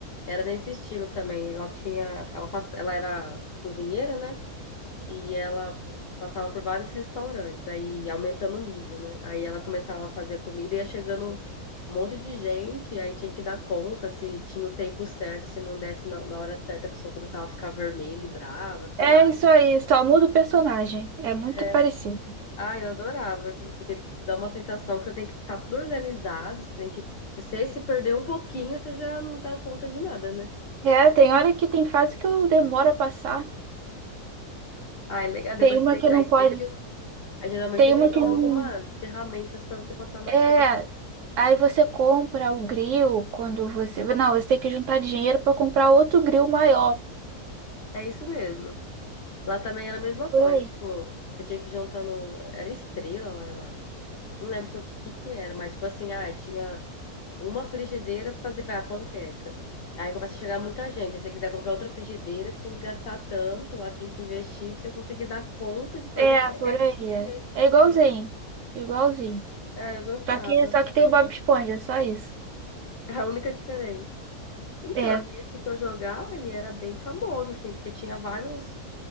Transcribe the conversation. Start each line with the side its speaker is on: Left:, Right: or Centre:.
Left: Era nesse estilo também. Ela tinha, ela, pass- ela era cozinheira, né? E ela passava por vários restaurantes, aí aumentando o nível, né? Aí ela começava a fazer comida e ia chegando um monte de gente, e aí tinha que dar conta se tinha o tempo certo, se não desse na, na hora certa, a pessoa começava a ficar vermelha e brava, sabe?
Right: É isso aí, só muda o personagem. É muito
Left: É,
Right: parecido.
Left: Ah, eu adorava, porque tipo, dá uma sensação que você tem que estar tudo organizado, você tem que se você se perder um pouquinho, você já não dá conta de nada, né?
Right: É, tem hora que tem fase que eu demoro a passar.
Left: Ah, é legal. Depois
Right: Tem uma
Left: você tem,
Right: que não
Left: aí você
Right: pode.
Left: tem que. Aí, geralmente
Right: Tem
Left: eles
Right: uma
Left: dão
Right: que não.
Left: algumas ferramentas para você passar mais
Right: É,
Left: fácil.
Right: aí você compra o grill quando você. Não, você tem que juntar dinheiro para comprar outro grill maior.
Left: É isso mesmo. Lá também era a mesma
Right: Por
Left: coisa,
Right: aí.
Left: tipo, você tinha que ir juntando. Era estrela lá, eu acho. Não lembro o que, que que era, mas tipo assim, ah, tinha. Uma frigideira fazer, vai, a panqueca. Aí começa a chegar muita gente. Aí se você quiser comprar outra frigideira, você tinha que gastar tanto, lá tinha que investir pra você conseguir dar conta de fazer
Right: É,
Left: panqueca
Right: por aí.
Left: o suficiente
Right: É, É
Left: pra todo
Right: igualzinho.
Left: mundo.
Right: Igualzinho.
Left: Ah, eu gostava.
Right: Só que, só que tem o Bob Esponja, é só isso.
Left: A única diferença. Então,
Right: É.
Left: e esse que eu jogava, ele era bem famoso, assim, porque tinha vários,